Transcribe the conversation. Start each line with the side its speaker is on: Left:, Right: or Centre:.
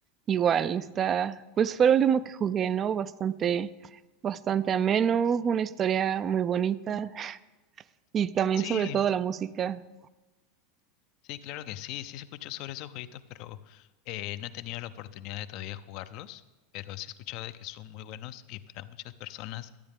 Right: Igual, está, pues fue el último que jugué, ¿no? Bastante, bastante ameno, una historia muy bonita y también
Left: Sí,
Right: sobre todo la música.
Left: Sí, claro que sí, sí se escuchó sobre esos jueguitos, pero eh, no he tenido la oportunidad de todavía jugarlos, pero sí he escuchado de que son muy buenos y para muchas personas